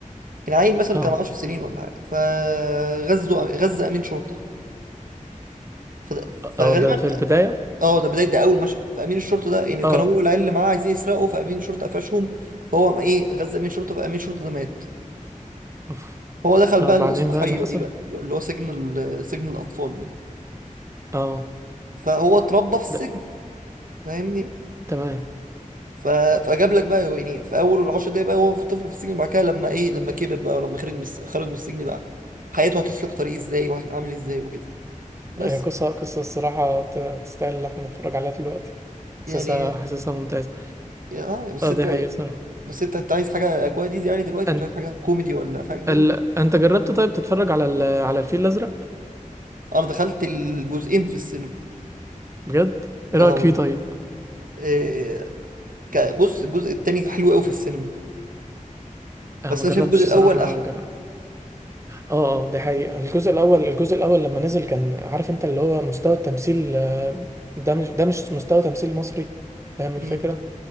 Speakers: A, on the right; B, on the right.
A: العيل مثلا
B: اه
A: كان 10 سنين ولا حاجه فغزه غزه امين شرطه فده- فغالبا
B: اه ده في البداية
A: اه ده بدايه ده اول مشهد فامين الشرطه ده يعني
B: اه
A: كان هو والعيال اللي معاه عايزين يسرقوا فامين الشرطه قفشهم فهو قام ايه غزا امين الشرطه فامين الشرطه ده مات
B: أوف.
A: هو دخل
B: اه
A: بقى
B: بعدين
A: الاصلاحيه
B: بقى اللي حصل
A: دي بقى اللي هو سجن ال- سجن الاطفال ده
B: اه
A: فهو اتربى في السجن
B: ده
A: فاهمني
B: تمام
A: ف... فجاب لك بقى يعني في اول العشر دقايق بقى هو في طفل في السجن بعد كده لما ايه لما كبر بقى ولما خرج من الس- خرج من السجن بقى حياته هتسلك طريق ازاي وهيتعامل ازاي وكده بس
B: هي قصة قصة الصراحة ت- تستاهل اللي احنا نتفرج عليها دلوقتي حاسسها
A: يعني
B: حاسسها ممتازة
A: يا- اه بس
B: اه
A: انت
B: دي حقيقة صراحة
A: بس انت انت عايز حاجه اجواء دي يعني دلوقتي
B: أنت
A: مش عايز حاجه كوميدي ولا حاجه كده
B: ال... أنت جربت طيب تتفرج على ال... على الفيل الأزرق
A: اه انا دخلت الجزئين في السينما
B: بجد؟ إيه
A: اه
B: رأيك
A: والله
B: فيه طيب؟
A: إيه ك- بص الجزء التاني حلو قوي في السينما
B: أنا
A: بس
B: ما
A: انا
B: جربتش
A: شايف الجزء الاول
B: الصراحة
A: احلى
B: جرب. اه اه دي حقيقة الجزء الأول الجزء الأول لما نزل كان عارف انت اللي هو مستوى التمثيل آه، ده مش ده مش مستوى تمثيل مصري فاهم الفكرة
A: امم